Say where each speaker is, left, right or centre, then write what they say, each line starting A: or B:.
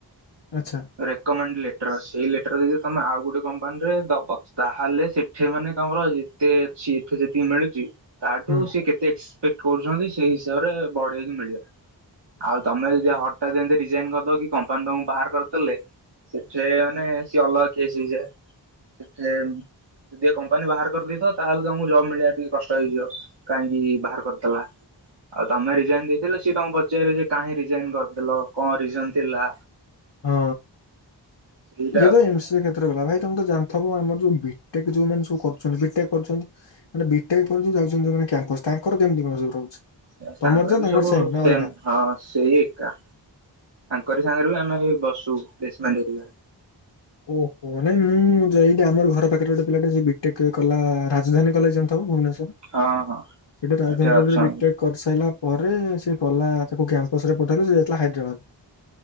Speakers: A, on the left; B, on the right.
A: ଆଚ୍ଛା
B: ରେକମେଣ୍ଡ ଲେଟ ଟର୍ ସେଇ ଲେଟର ଯଦି ତମେ ଆଉ ଗୋଟେ କମ୍ପାନୀରେ ଦବ ତାହେଲେ ସେଠି ମାନେ ତମର ଯେତେ ସିଏତ ଯେତିକି ମିଳୁଛି ତାଠୁ
A: ହୁଁ।
B: ସିଏ କେତେ ଏକ୍ସପେକ୍ଟ କରୁଛନ୍ତି, ସେଇ ହିସାବରେ ବଢେଇକି ମିଳି ଆଉ ତମେ ଯ ହଟ ଟା ଯେମତି ରିଜାଇନ କରିଦବ କି କମ୍ପାନୀକୁ ବାହାର କରିଦେଲେ। ସେଠେ ମାନେ ସିଏ ଅଲଗା କେସ ହେଇଯାଏ। ସେଠି ଯଦି ଏ କମ୍ପାନୀ ବାହାର କରିଦେଇଥିବ ତାହେଲେ ତମକୁ ଜବ୍ ମିଳିବା ଟିକେ କଷ୍ଟ ହେଇଯିବ। କାହିଁକି ବାହାର କରିଥିଲା ଆଉ ତମେ ରିଜାଇନ ଦେଇଥିଲେ ସିଏ ତମ। ପଚାରେ ଯେ କାହିଁ ରିଜାଇନ କରିଦେଲ କଣ ରିଜନ ଥିଲା।
A: ହଁ
B: ସେଇଟା
A: ଇଏ
B: ଆଉ।
A: ତ ଏମ୍ ସି କ୍ଷେତ୍ରରେ ଗଲା ଭାଇ ତମେ ତ ଜା ଥବ ଆମର ଯୋଉ ବିଟେକ ଯୋଉ ମାନେ ସବୁ କରୁଛନ୍ତି, ବି ଟେକ ମାନେ ବିଟେକ ପରେ ଯୋଉ ଯାଉଛନ୍ତି କ୍ୟାମ୍ପସ ତାଙ୍କର କେମିତି କଣ ସବଧ ରହୁଛି।
B: ସାଙ୍କର
A: ତମର ଯା
B: ବି
A: ତାଙ୍କର
B: ସବୁ
A: ସେମ୍ ନା
B: ସେ
A: ଅଲଗା?
B: ହଁ ସେଇ ଏକା। କରି ସାଙ୍ଗରେ ବି ଆମେ ବସ ପ୍ଲେସମେଣ୍ଟ।
A: ଓହୋ ନାଇଁ ମୁଁ ଯଠି ଆମର ଘର ପାଖରେ ଗୋଟେ ପିଲାଟେ ବିଟେକ କଲା ରାଜଧାନୀ କଲେ ଜାଥ ଭୁବନେସ୍ଵର।
B: ହଁ ହଁ
A: ସେଠି ରାଜଧାନୀ
B: ଏଠି
A: କରେ
B: ଅଛନ୍ତି
A: ବିଟେକ୍ କରିସାରିଲା। ପରେ ସେ ଗଲା ତାକୁ କ୍ୟାମ୍ପସ ରେ ପଠେଇଲେ ସେ ଯାଇଥିଲା ହାଇଦ୍ରାବାଦ।